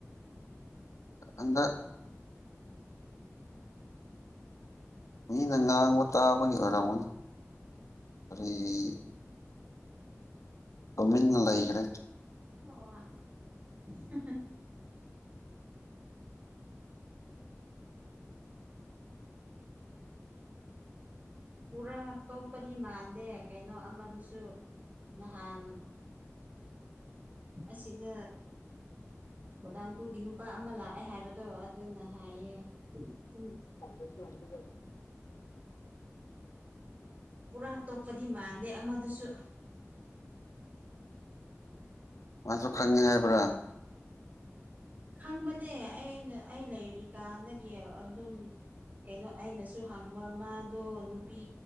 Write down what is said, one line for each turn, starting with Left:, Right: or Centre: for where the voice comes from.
Left: ꯍꯟꯗꯛ ꯃꯤꯅ ꯉꯥꯡꯕ ꯇꯥꯕꯒꯤ ꯑꯣꯏꯔꯝꯒꯅꯤ ꯏ ꯇꯨꯃꯤꯟꯅ ꯂꯩꯈꯔ
Right: ꯑꯣ <unintelligible> ꯄꯨꯔꯥ ꯇꯣꯛꯄꯗꯤ ꯃꯥꯟꯗꯦ ꯀꯩꯅꯣ ꯑꯃꯗꯨꯁꯨ ꯅꯍꯥꯟ ꯑꯁꯤꯗ ꯕꯣꯗꯥꯝ ꯇꯨꯒꯤ ꯅꯨꯄꯥ ꯑꯃ ꯂꯥꯛꯑꯦ ꯍꯥꯏꯕꯗꯣ ꯑꯗꯨꯅ ꯍꯥꯏꯌꯦ ꯇꯨꯝ
Left: <unintelligible>
Right: ꯄꯨꯔꯥ ꯇꯣꯛꯄꯗꯤ ꯃꯥꯟꯗꯦ ꯑꯃꯗꯨꯁꯨ
Left: ꯃꯥꯁꯨ ꯈꯪꯉꯦ ꯍꯥꯏꯕ꯭ꯔꯥ
Right: ꯈꯪꯕꯅꯦ ꯑꯩꯅ ꯑꯩ ꯂꯩꯔꯤꯀꯥꯟꯗꯒꯤ ꯑꯗꯨꯝ ꯀꯩꯅꯣ ꯑꯩꯅꯁꯨ ꯍꯪꯕ ꯃꯥꯗꯣ ꯅꯨꯄꯤ